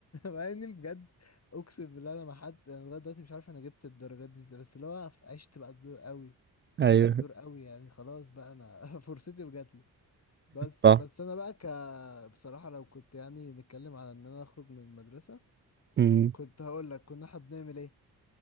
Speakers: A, on the left; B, on the right.
A: مع اني بجد اقسم بالله انا ما حد انا لغايه دلوقتي مش عارف انا جبت الدرجات دي ازاي بس اللي هو عشت بقى الدور قوي
B: ايوه
A: عشت الدور قوي يعني خلاص بقى انا <laughs> فرصتي وجاتلي بس
B: صح
A: بس انا بقى ك بصراحه لو كنت يعني نتكلم على ان انا اخرج من المدرسه
B: امم
A: كنت هقول لك كنا احنا بنعمل ايه